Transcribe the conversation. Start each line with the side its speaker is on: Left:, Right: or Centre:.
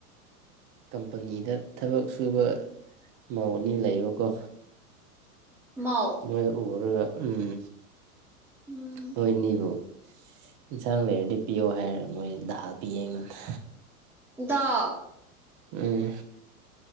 Right: ꯀꯝꯄꯅꯤꯗ ꯊꯕꯛ ꯁꯨꯕ ꯃꯧ ꯑꯅꯤ ꯂꯩꯕꯀꯣ
Centre: ꯃꯥꯎ
Right: ꯃꯣꯏ ꯎꯔꯒ ꯎꯝ
Centre: ꯎꯝ
Right: ꯅꯣꯏ ꯅꯤꯕꯨ ꯏꯪꯁꯥꯡ ꯂꯩꯔꯗꯤ ꯄꯤꯌꯣ ꯍꯥꯏꯔ ꯃꯣꯏꯅ ꯗꯥ ꯄꯤ ꯑꯩꯉꯣꯟꯗ
Centre: ꯗꯥꯛ
Right: ꯎꯝ